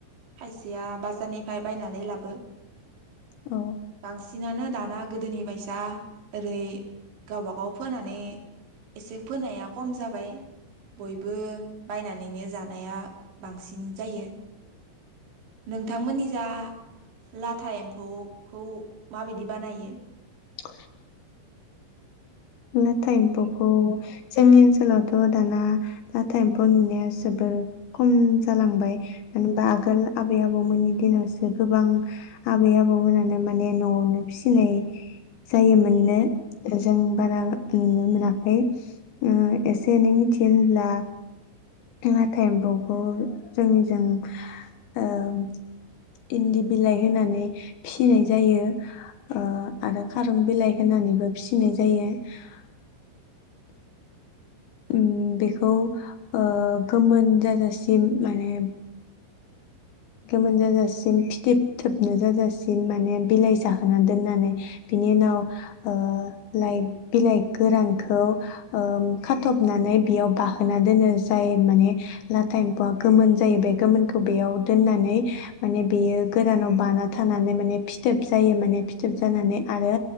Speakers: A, on the right; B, on the left.
A: खायसेया बाजारनिफ्राय बायनानै लाबो
B: औ
A: बांसिनानो दाना गोदोनि बायसा ओरै गावबागाव फोनानै एसे फोनाया खम जाबाय। बयबो बायनानैनो जानाया बांसिन जायो नोंथांमोननि जा लाथा एम्फौखौ माबायदि बानायो?
B: <inaudible> लाथा एमफौखौ? जोंनि ओनसोलावथ दाना लाथा एम्फौ नुनाया जोबोर खम जालांबाय मानो होमबा आगोल आबै आबौमोननि दिनावसो गोबां आबै आबौमोनानो माने नआवनो फिनाय जायोमोन नो जों बारा नुनो मोनाखै उम एसे एनै मिथियो होनब्ला लाथा एम्फौखौ जोंनि जों ओम इन्दि बिलाइ होनानै फिसिनाय जायो ओ आरो खारं बिलाइ होनानैबो फिसिनाय जायो। <inaudible> उम बेखौ ओ गोमोन जाजासिम माने गोमोन जाजासिम फिथोबथोबनो जाजासिम माने बिलाइ जाहोना दोननानै बिनि उनाव ओ लाइ बिलाइ गोरानखौ ओ खाथबनानै बेयाव बाहोना दोनो जाय माने लाथा एम्फौआ गोमोन जायो बे गोमोनखौ बेयाव दोननानै माने बेयो गोरानाव बाना थानानै माने फिथोब जायो माने फिथोब जानानै आरो